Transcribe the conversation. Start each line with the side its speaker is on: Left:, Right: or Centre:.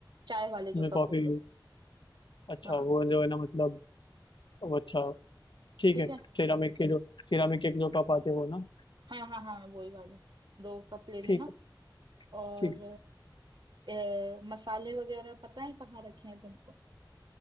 Right: चाय वाले जो
Left: मैं
Right: कप
Left: कॉफी
Right: होते हैं
Left: अच्छा
Right: हाँ
Left: वो जो है ना मतलब वो अच्छा ठीक
Right: ठीक
Left: है
Right: है
Left: सिरामिक
Right: हम्म,
Left: के जो सिरामिक के जो कप आते हैं वो ना
Right: हाँ हाँ हाँ वही वाले दो कप ले लेना
Left: ठीक है
Right: और
Left: ठीक है
Right: अ, मसाले वगैरह पता है कहाँ रखे हैं तुमको